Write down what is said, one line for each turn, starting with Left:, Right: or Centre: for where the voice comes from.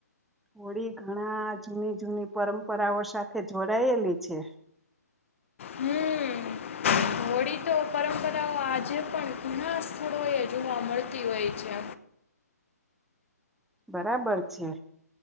Centre: હોળી ઘણા જૂની જૂની પરંપરાઓ સાથે જોડાયેલી છે.
Left: હમ હોળી તો પરંપરાઓ આજે પણ ઘણા સ્થળો એ જોવા મળતી હોય છે.
Centre: બરાબર છે.